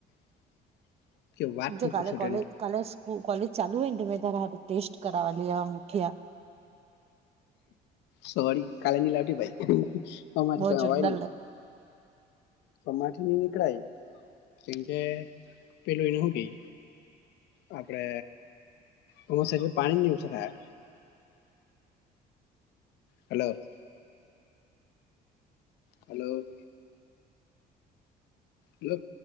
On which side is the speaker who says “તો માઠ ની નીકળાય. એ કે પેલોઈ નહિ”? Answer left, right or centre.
Left